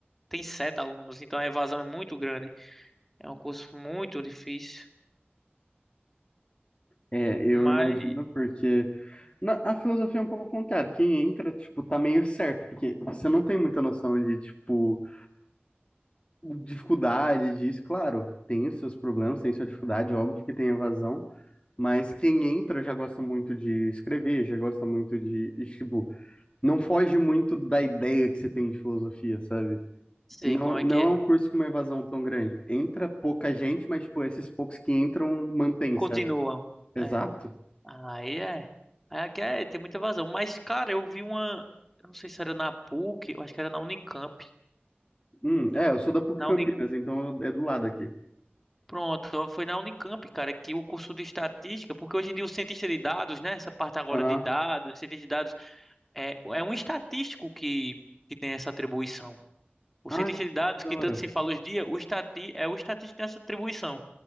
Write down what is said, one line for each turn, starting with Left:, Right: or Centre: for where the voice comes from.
Centre: tem 7 alunos, então a evasão é muito grande. É um curso muito difícil.
Left: É, eu
Centre: Mas
Left: imagino, porque na, a filosofia é um pouco contrária. Quem entra, tipo, tá meio certo, porque você não tem muita noção de, tipo, dificuldade disso. Claro, tem os seus problemas, tem sua dificuldade, óbvio que tem evasão, mas quem entra já gosta muito de escrever, já gosta muito de, e, tipo, não foge muito da ideia que você tem de filosofia, sabe?
Centre: sei
Left: Não,
Centre: como é
Left: não
Centre: que é.
Left: é um curso com uma evasão tão grande. Entra pouca gente, mas, tipo, esses poucos que entram, mantém,
Centre: Continua.
Left: sabe? Exato.
Centre: É. Aí é. Aí aqui é, tem muita vazão. Mas, cara, eu vi uma. Eu não sei se era na PUC, eu acho que era na Unicamp.
Left: Hum, é, eu sou da PUC
Centre: Na
Left: Campinas,
Centre: Uni...
Left: então é do lado aqui.
Centre: Pronto, foi na Unicamp, cara, que o curso de estatística, porque hoje em dia o cientista de dados, né? Essa parte agora
Left: Aham.
Centre: de dados, cientista de dados, é, é um estatístico que, que tem essa atribuição. O
Left: Ah,
Centre: cientista de dados,
Left: que da
Centre: que
Left: hora.
Centre: tanto se fala hoje em dia, o estati... é o estatístico que tem essa atribuição.